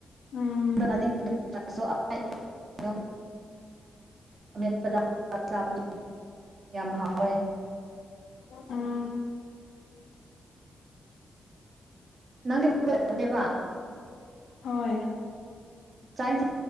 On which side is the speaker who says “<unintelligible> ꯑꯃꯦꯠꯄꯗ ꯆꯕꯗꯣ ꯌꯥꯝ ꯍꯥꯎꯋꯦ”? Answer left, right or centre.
Right